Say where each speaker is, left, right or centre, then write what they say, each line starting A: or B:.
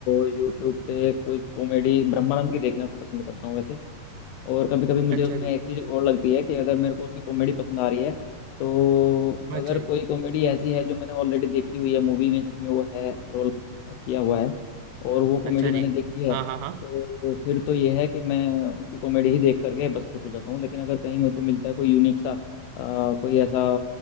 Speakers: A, on the left (about 85°); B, on the right (about 90°).
A: यूट्यूब पे कोई कॉमेडी ब्रह्मानंद की देखना पसंद करता हूँ वैसे और कभी कभी मुझे
B: अच्छा
A: उसमें
B: जी
A: एक चीज़ और लगती है कि अगर मेरे को उसकी कॉमेडी पसंद आ रही है तो
B: अच्छा
A: अगर
B: जी
A: कोई कॉमेडी ऐसी है जो मैंने ऑलरेडी देखी हुई है मूवी में जिसमें वो है रोल किया हुआ है और वो कॉमेडी
B: अच्छा
A: मैंने
B: जी
A: देखी है
B: हाँ
A: तो
B: हाँ हाँ
A: फिर तो ये है कि मैं उसकी कॉमेडी ही देख करके बस खुश हो जाता हूँ लेकिन अगर कहीं मेरे को मिलता है कोई यूनिक सा अ, कोई ऐसा